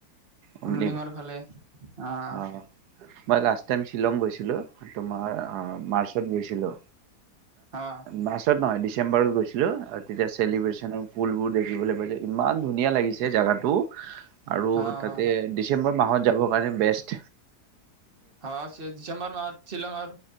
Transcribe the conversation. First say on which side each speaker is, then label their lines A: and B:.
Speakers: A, on the right (about 80°); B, on the right (about 35°).
A: অমলিং
B: উমলিঙৰ ফালে। অহ।
A: অ মই লাষ্ট টাইম শ্বিলং গৈছিলোঁ। তোমাৰ অ, মাৰ্চত গৈছিলোঁ
B: অ
A: মাৰ্চত নহয়। ডিচেম্বৰত গৈছিলোঁ। তেতিয়া চেলিব্ৰেশ্যন ফুলবোৰ দে। ফুৰিবলৈ পাইছোঁ ইমান ধুনীয়া লাগিছে জাগাটো। আৰু
B: অ অ
A: তাতে ডিচেম্বৰ মাহত যাব। মানে বে <unintelligible> আগষ্ট।
B: অ, ডিচেম্বৰ মাহত শ্বিলঙৰ